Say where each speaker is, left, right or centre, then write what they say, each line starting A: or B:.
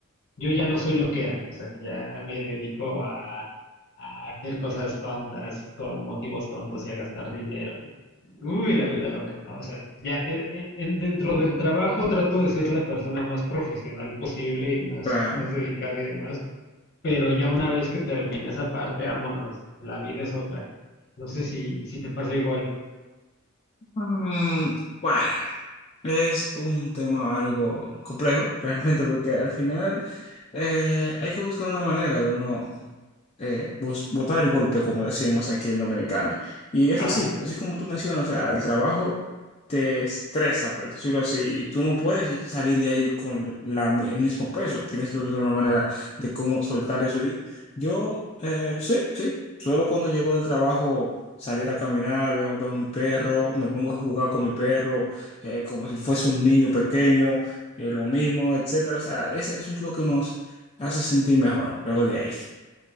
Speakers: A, on the left; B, on the left.
A: yo ya no soy lo que era, o sea, ya me dedico a, a hacer cosas tontas con motivos tontos y a gastar dinero. y, uy, la vida loca, ¿no? O sea, ya eh, eh, en- dentro del trabajo trato de ser la persona más profesional posible y más,
B: Claro.
A: más dedicada y demás, pero ya una vez que termina esa parte, vámonos, la vida es otra. No sé si, si te pasa igual.
B: Mm, bueno. Es un tema algo complejo, <laughs> realmente, porque al final eh, hay que buscar una manera de uno eh, bus- botar el golpe, como decimos aquí en Dominicana. Y es
A: Ajá,
B: así, así como tú mencionas, o sea, el trabajo te estresa, por decirlo así, y tú no puedes salir de ahí con la- el mismo peso. Tienes que buscar una manera
A: ajá.
B: de cómo soltar eso. Y yo, eh, sí, sí, solo cuando llego del trabajo, salir a caminar, veo, veo a mi perro, me pongo a jugar con mi perro eh, como si fuese un niño pequeño, eh, lo mismo, etcétera. O sea, eso, eso es lo que nos hace sentir mejor luego de ahí.